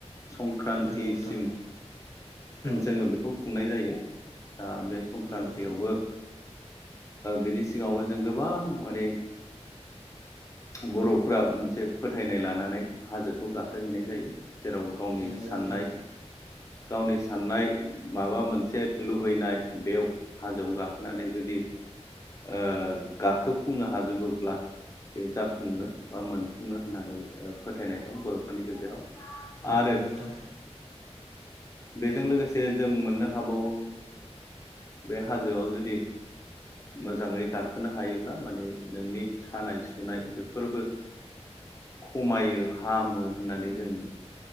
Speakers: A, on the left; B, on the right.
A: संक्रान्तिसिम
B: नंगौ नोंथां औ
A: जोंङो बेखौ खुंनाय जायो। दा बे संक्रान्तियावबो
B: नंगौ
A: बिनि सिगांङाबो जों गोबां माने बर'फोराबो मोनसे फोथायनाय लानानै हाजोखौ गाखोहैनाय जायो जेराव गावनि
B: नंगौ
A: साननाय
B: नोंथां
A: गावनि साननाय माबा मोनसे लुबैनाय बेव हाजोआव गाखोनानै जुदि ओ गाखोफुंनो हाजोबोब्ला बे जाफुङो बा मोन खुङो होननानै फोथायनाय दं बर'फोरनि गेजेराव
B: नंगौ
A: आरो
B: नोंथां
A: बेजों लोगोसे जों मोननो हाबावो बे हाजोआव जुदि मोजांङै गाखोनो हायोब्ला माने नोंनि सानाय सुनाय बेफोरबो खमायो हामो होननानै जों